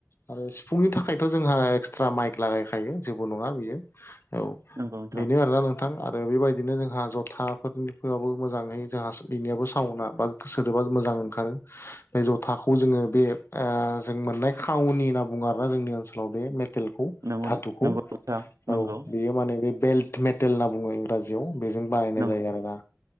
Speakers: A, on the left; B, on the right.
A: आरो सिफुंनि थाखायथ' जोंहा एक्सट्रा माइक लागायखायो जेबो नङा बियो औ।
B: नंगौ नोंथां
A: बिनि आरोना नों थां आरो बेबायदिनो जोंहा जथाफोराबो मोजाङै जोंहा सोलिनियाबो साउन्दआ बा सोदोबा मोजां ओंखारो बे जथाखौ जोङो बे आ जों मोननाय खावनि होनना बुङो आरोना जोंनि ओनसोलाव बे टेलखौ
B: नंगौ
A: दाथुखौ
B: नंगौ नोंथां नंगौ
A: औ बेयो माने बे बेल्ट मेटेल होनना बुङो जियाव बेजों बानायनाय
B: नंगौ
A: जायो आरो ना